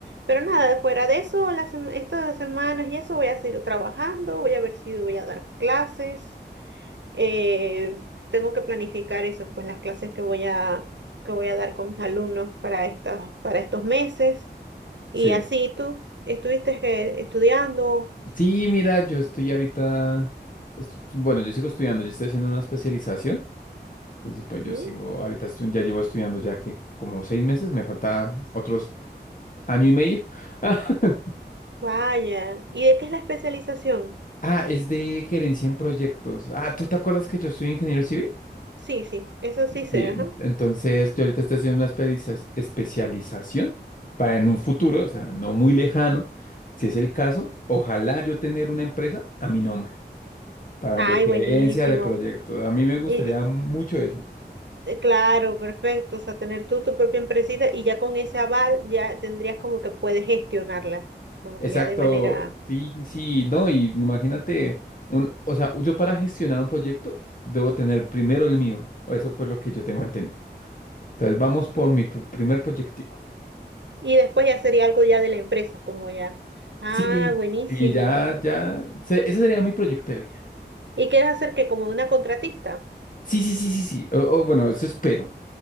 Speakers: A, on the right (about 85°); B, on the left (about 50°).
A: pero nada, fuera de eso, las, sem- estas semanas y eso voy a seguir trabajando, voy a ver si voy a dar clases eh, tengo que planificar eso, pues las clases que voy a, que voy a dar con mis alumnos para estas, para estos meses. Y
B: Sí.
A: así tú estuviste que- estudiando.
B: Sí, mira, yo estoy ahorita, estu- bueno, yo sigo estudiando, yo estoy haciendo una especialización Entonces, pues yo
A: ¿Mm?
B: sigo, ahorita estu- ya llevo estudiando ya que como seis meses, me falta otros año y medio. <laughs>
A: Vaya. ¿Y de qué es la especialización?
B: Ah, es de gerencia en proyectos. Ah, ¿tú te acuerdas que yo soy ingeniero civil?
A: Sí, sí, eso sí sé,
B: Sí,
A: ajá.
B: entonces yo ahorita estoy haciendo una espediza- especialización para en un futuro, o sea, no muy lejano, si es el caso, ojalá yo tener una empresa a mi nombre, para
A: Ay,
B: de gerencia
A: buenísimo.
B: de proyectos. A mí me gustaría
A: Y,
B: mucho eso.
A: eh, claro, perfecto. O sea, tener tú tu propia empresita y ya con ese aval ya tendrías como que puedes gestionarla, como
B: Exacto,
A: que ya de manera
B: sí, sí, sí, no, y imagínate, un, o sea, yo para gestionar un proyecto debo tener primero el mío, o eso fue lo que yo tengo entendido. Entonces vamos por mi pr- primer proyectico.
A: Y después ya sería algo ya de la empresa, como ya. Ah,
B: Sí,
A: buenísimo.
B: y ya, ya, se- ese sería mi proyecto de vida.
A: ¿Y quieres hacer que como una contratista?
B: Sí, sí, sí, sí, sí, o, o, bueno, eso espero.